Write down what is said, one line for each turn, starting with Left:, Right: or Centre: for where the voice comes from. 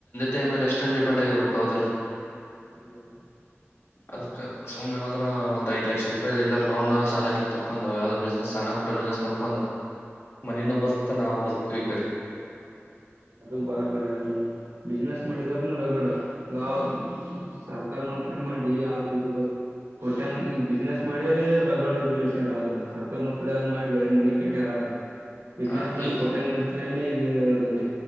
Left: ಟೈಮೇಲ್ಲಿ ಎಷ್ಟನ್ ಡಿಪೆಂಡ್ ಆಗಿರ್ಬೇಕು ಹದಿಲ್ಲ <unintelligible>
Right: ಹ್ಮ
Left: ಅದ್ಕ್ ಸುಮ್ ಹದ್ರ ಒಂದ್ ಐ್ ಲಕ್ಷ ರೂಪಾಯ ಎಲ್ಲ ಲೋನ್ ಶಾಲೆಗೆಲ್ಲ ತೊಕೊಂಡ್ ಯಾವ್ದ್ ಬಿಸ್ನೆಸ್ ಸಣ್ಣ ಪುಟ್ಟ ಬಿಸ್ನೆಸ್ ಮಾಡ್ಕೊಂಡು ಮನನು ಬರಕ್ತಾ
Right: ಹ್ಮ್
Left: ನಾವವು ಬರಕ್ತು ಈ ಕಡೆ <unintelligible>
Right: ಅದು ಬರ ಬರಿ ಆದ್ೂ ಬಿಸ್ಿನನೆಸ್ ಮಾಡಿದಾರನುೂ ರಗಡ ಹೌದು ಸ ಸರ್ಕಾರಿ ನೌಕರಿ ಮಾಡಿ ಆದ್ರ ಇದ ಕೋಟಂಗ ಬಿಸ್ನೆಸ್ ಮಾಡೇ ರಗಾರ್ಡ್ ಇ ಗಳಿಸ್ಯಾರ ಆದ್ರ ಸರ್ಕಾರಿ ನೌಕರಿ ಆದ್ ಮಾಡಿ ಬೇರೆ ಮನಿ ಕಟ್ಟ್ಯಾರ ಆದ್ರ ಬಿಸ್ನೆಸ್
Left: ಆ
Right: ಮಾಡಿ
Left: ಈ
Right: ಕೋಟೆನ್ಡ್ <inaudible>